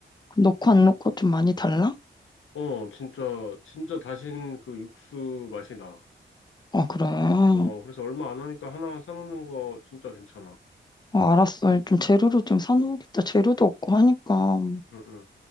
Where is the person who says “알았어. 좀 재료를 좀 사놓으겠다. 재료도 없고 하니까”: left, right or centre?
Left